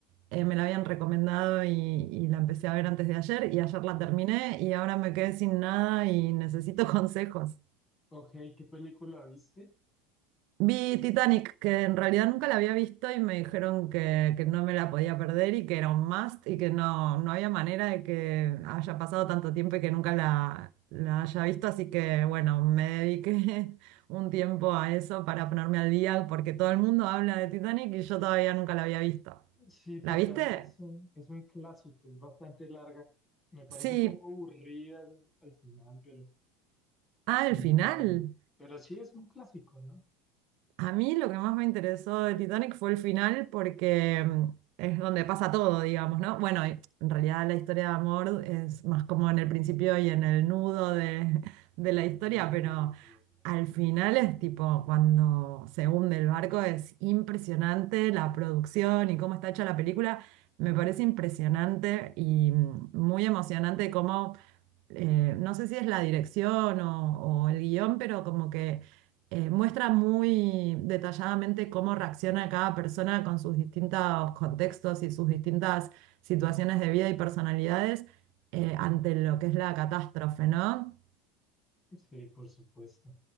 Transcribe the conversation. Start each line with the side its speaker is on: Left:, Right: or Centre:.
Right: Eh, me la habían recomendado y, y la empecé a ver antes de ayer y ayer la terminé y ahora me quedé sin nada y necesito <laughs> consejos.
Left: Ok, ¿qué película viste?
Right: Vi Titanic, que en realidad nunca la había visto y me dijeron que, que no me la podía perder y que era un must y que no, no había manera de que haya pasado tanto tiempo y que nunca la, la haya visto. Así que bueno, me dediqué <laughs> un tiempo a eso para ponerme al día porque todo el mundo habla de Titanic y yo todavía nunca la había visto.
Left: Sí, Titanic
Right: ¿La viste?
Left: es un, es un clásico, es bastante larga. Me parece
Right: Sí.
Left: un poco aburrida al, al final, pero,
Right: Ah,
Left: pero,
Right: el final.
Left: pero sí es un clásico, ¿no?
Right: A mí lo que más me interesó de Titanic fue el final porque mm, es donde pasa todo, digamos, ¿no? Bueno, y en realidad la historia de amor es más como en el principio y en el nudo de, <laughs> de la historia,
Left: De la
Right: pero
Left: película. Sí,
Right: al final es tipo cuando se hunde el barco es impresionante la producción y cómo está hecha la película. Me parece impresionante y mm, muy emocionante cómo eh, no sé si es la dirección o, o el guión, pero como que eh, muestra muy detalladamente cómo reacciona cada persona con sus distintos contextos y sus distintas situaciones de vida y personalidades eh, ante lo que es la catástrofe, ¿no?
Left: Sí, por supuesto.